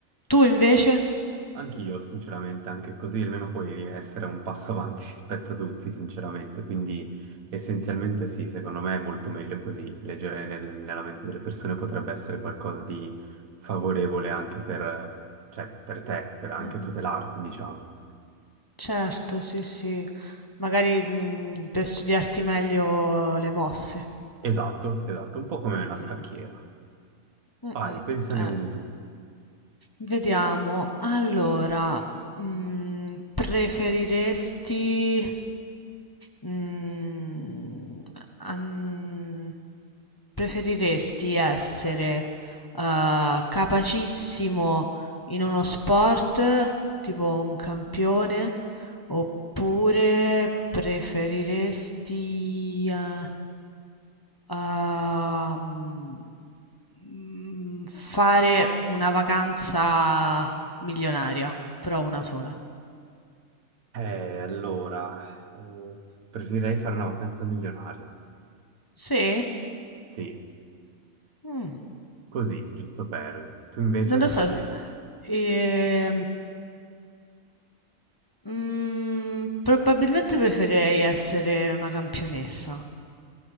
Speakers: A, on the left; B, on the right.
A: Tu invece?
B: Anch'io, sinceramente, anche così almeno puoi essere un passo avanti <laughs> rispetto a tutti, sinceramente. Quindi, essenzialmente, sì, secondo me è molto meglio così. Leggere nel- nella mente delle persone potrebbe essere qualcosa di favorevole anche per, cioè, per te, per anche
A: Mhm.
B: tutelarti, diciamo.
A: Certo, sì, sì. Magari, mhmm, per studiarti meglio le mosse.
B: Esatto, esatto, un po' come
A: Mh-mh-mh.
B: una scacchiera.
A: Mh-mh,
B: Vai, pensane
A: eh.
B: uno tu.
A: Vediamo. Allora, mhmm, preferiresti, mhmm, an Preferiresti essere, uhm, capacissimo in uno sport, tipo un campione, oppure preferiresti, uhm, uhm, mhmm, fare una vacanza milionaria, però una sola?
B: Eh, allora, eh, preferirei fare una vacanza milionaria.
A: Sì?
B: Sì,
A: Mh.
B: così, giusto per. Tu invece,
A: Non lo so, s ehm Mhmm, probabilmente preferirei essere una campionessa.